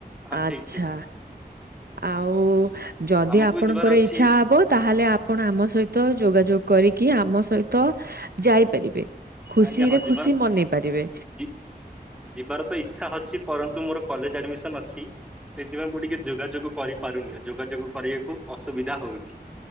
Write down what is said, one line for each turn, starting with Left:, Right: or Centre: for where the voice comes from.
Centre: ହଁ
Right: ଆଚ୍ଛା।
Centre: ଠିକ ଠିକ
Right: ଆଉ। ଯଦି
Centre: ଆମକୁ
Right: ଆପଣଙ୍କର
Centre: ବି ଯିବାର ଅଛି
Right: ଇଚ୍ଛା ହବ ତାହେଲେ ଆପଣ ଆମ ସହିତ ଯୋଗାଯୋଗ କରିକି କି ଆମ ସହିତ ଯାଇପାରିବେ। ଖୁସିରେ
Centre: ଆଜ୍ଞା ହଁ ଯି ଯିବାର
Right: ଖୁସି ମନେଇ ପାରିବେ
Centre: ଯିବାର ତ ଇଚ୍ଛା ଅଛି ପରନ୍ତୁ କିନ୍ତୁ ମୋର କଲେଜ ଆଡ଼ିମିସନ୍ ଅଛି। ସେଥିପାଇଁ ମୁଁ ଟିକେ ଯୋଗାଯୋଗ କରିପାରୁନି ଯୋଗାଯୋଗ କରିବାକୁ ଅସୁବିଧା ହଉଛି।